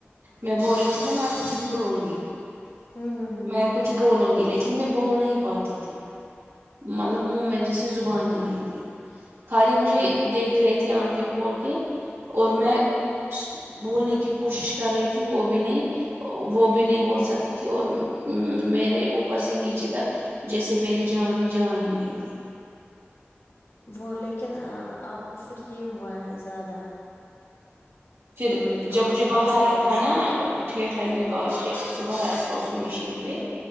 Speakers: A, on the right (about 85°); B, on the left (about 75°).
A: میں بول رہی تھی نا میں کچھ بولوں گی
B: ہوں ہوں
A: میں کچھ بولوں گی لیکن ن میں بول نہیں پاتی تھی مطلب منہ میں جیس سے زبان ہی نہیں تھی خالی مجھے
B: ہوں
A: دیکھ رہی تھی آنکھیں کھول کے اور
B: ہ
A: میں
B: ہ
A: بولنے کی کوشش کر رہی تھی وہ بھی نہیں وہ بھی نہیں بول سکتی تھی اور میرے اوپر سے نیچے تک جیسے میری جان میں جان ہی نہیں تھی
B: وہ لیکن آپ کو پھر یہ ہوا ہے زیادہ
A: پھر
B: ہ دونوں
A: جب مجھے
B: کا
A: باہر
B: اثر
A: رکھا
B: ایک ساتھ
A: نا ٹھیٹر میں
B: ہوں
A: ٹھیٹر سے باہر رکھا اس میںش مشین پہ
B: ہ